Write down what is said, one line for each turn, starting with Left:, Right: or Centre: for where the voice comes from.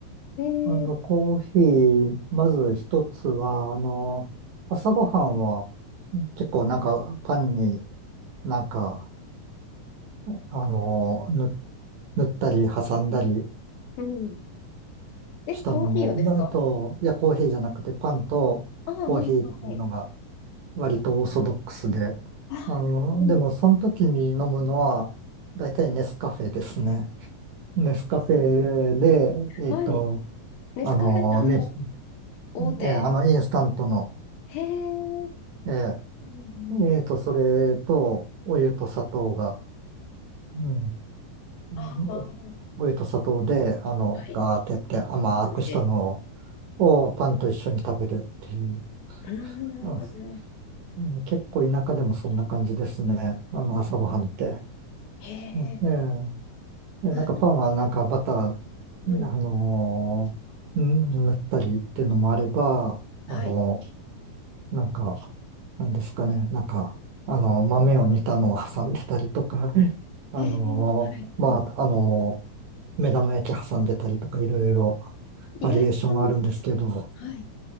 Left: えー、
Right: あの、コーヒー、まず一つは、あの、朝ごはんは結構なんかパンになんか、あの、ぬ、塗ったり挟んだり
Left: うん。え、
Right: したもの。
Left: コーヒーをですか
Right: あと、いや、コーヒーじゃなくてパンとコーヒーっていうのが
Left: ああ、ああはい。
Right: 割とオーソドックスで。
Left: ああ、
Right: あの、
Left: なるほど。
Right: でもその時に飲むのは、大体ネスカフェですね。ネスカフェで、えっと、
Left: はい。ネスカフェってあの、
Right: あの、みえ
Left: 大手。
Right: ーあの、インスタントの、
Left: へえ。うん
Right: え
Left: うん
Right: ーえーと、それと、お湯と砂糖が、うん、おお湯と砂糖で、
Left: ああ、
Right: あの、
Left: はい。
Right: ガーってやって甘くしたの
Left: なので、
Right: をパンと一緒に食べるっていう。
Left: うー
Right: あ
Left: ん、
Right: うん結構田舎でもそんな感じですね。あの、朝ごはんって。
Left: へえ、
Right: うんええいや、
Left: なる
Right: なんかパンはなんかバタ
Left: うん、
Right: ー、あのー、ん塗ったりっていうのもあれば、あの
Left: はい。
Right: なんか、なんですかね、なんか、あの、豆を煮たのを挟んでたりとか、<laughs> あのーまあ、
Left: ええ、はい。うん、
Right: あのー目玉焼き挟んでたりとか、いろいろ
Left: 意外と、
Right: バリエーションあるんですけど、
Left: はい。